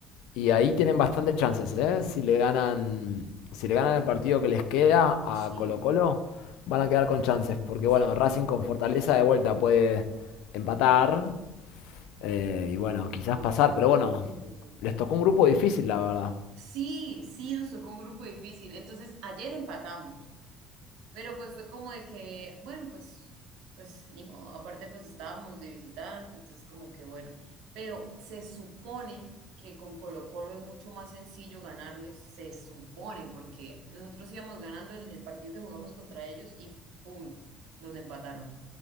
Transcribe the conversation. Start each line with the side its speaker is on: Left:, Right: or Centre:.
Left: Y ahí tienen bastantes chances, ¿eh? Si le ganan, si le ganan el partido que les queda a
Right: Sí,
Left: Colo-Colo, van a quedar con chances. Porque
Right: sí,
Left: bueno, Racing con Fortaleza de vuelta puede empatar eh, y bueno, quizás
Right: no
Left: pasar.
Right: creo.
Left: Pero bueno, les tocó un grupo difícil, la verdad.
Right: Sí, sí, nos tocó un grupo difícil. Entonces, ayer empatamos, pero pues fue como de que, bueno, pues, pues ni modo. Aparte, pues estábamos de visitante, entonces como que bueno. Pero se supone que con Colo-Colo es mucho más sencillo ganarles, se supone, porque nosotros íbamos ganando en el partido que jugamos contra ellos y ¡pum! nos empataron.